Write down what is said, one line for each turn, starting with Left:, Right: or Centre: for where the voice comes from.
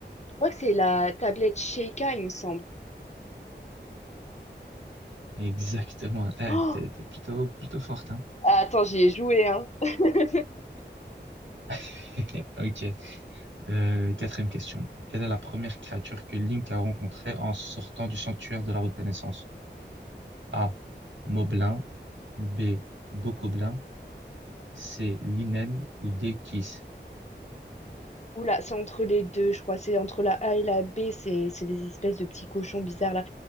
Left: crois que c'est la tablette Sheikah, il me semble.
Right: Exactement. <laughs> Eh,
Left: Oh!
Right: t'es, t'es plutôt, plutôt forte, hein?
Left: Attends, j'y ai joué, hein. <laughs>
Right: <laughs> Ok. Euh, quatrième question. Quelle est la première créature que Link a rencontrée en sortant du sanctuaire de la reconnaissance? A. Moblin. B. Bokoblin. c'est Linel ou Dekis.
Left: Oula, c'est entre les deux, je crois. C'est entre la A et la B. C'est c'est des espèces de petits cochons bizarres, là.